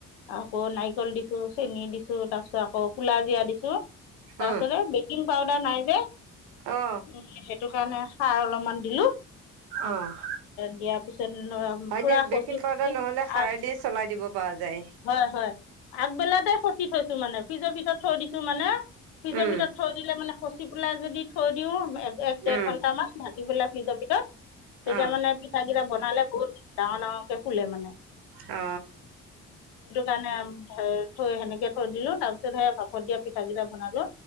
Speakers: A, on the left (about 85°); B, on the right (about 80°).
A: আকৌ নাৰিকল দি চেনি দিছো, তাৰপিছত আকৌ ক'লাজিৰা দিছো, তাৰ
B: অ
A: পিছতে বেকিং পাউদাৰ নাই যে।
B: অ
A: উম, সেইটো কাৰণে খাৰ অলপমান দিলো।
B: অ'।
A: দিয়াৰ পিছত
B: হয়
A: পুৰা
B: দে,
A: খচি
B: বেকিং পাউদাৰ
A: খচি
B: নহ'লে খাৰে
A: আ
B: দিয়ে চলাই দিব পৰা যায়।
A: হয়, হয়, আগবেলাতে <unintelligible> থৈছো মানে ফ্ৰিজৰ ভিতৰত থৈ দিছো মানে ফ্ৰিজৰ
B: উম
A: ভিতৰত থৈ দিলে মানে খচি পেলাই যদি থৈ দিও এক এক ডেৰ
B: উম
A: ঘণ্টামান ভাগি পেলাই <unintelligible> দি তেতিয়া
B: অ
A: মানে পিঠা কিটা বনালে বহুত ডাঙৰ ডাঙৰকে ফুলে মানে।
B: অ।
A: মানে থৈ সেনেকে দিলো, তাৰ পিছত সে ভাপত দিয়া পিঠা কেইটা বনালো।